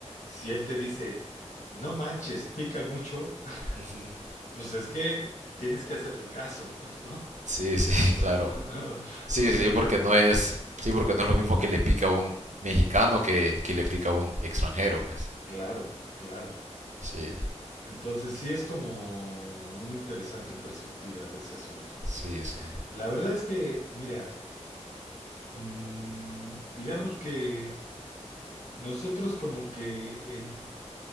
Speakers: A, on the left; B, on the right.
A: si él te dice, no manches, pica mucho, <laughs>
B: Ujú.
A: pues es que tienes que hacerle caso, <laughs> ¿no?
B: Sí, sí, <laughs>
A: <laughs>
B: claro. Sí,
A: O
B: sí,
A: sea,
B: sí,
A: porque,
B: porque no es, sí, porque no es lo mismo que le pica a un mexicano que, que le pica a un extranjero, pues.
A: claro, claro.
B: Sí,
A: Entonces, sí es como una interesante perspectiva de ese asunto.
B: sí, sí,
A: La verdad es que, mira, mm, digamos que nosotros como que en,